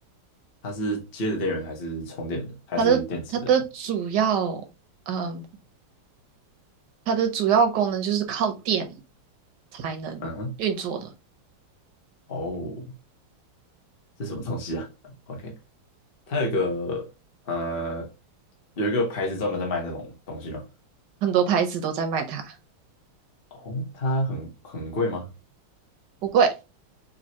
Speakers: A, on the left; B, on the right.
A: 它是接的电源还是充电的，还是电池的？
B: 它的它的主要，嗯，它的主要功能就是靠电才能运作的，
A: 嗯哼，哦，这什么东西啊？OK。它有一个呃，有一个牌子专门在卖这种东西吗？
B: 很多牌子都在卖它，
A: 哦，它很很贵吗？
B: 不贵，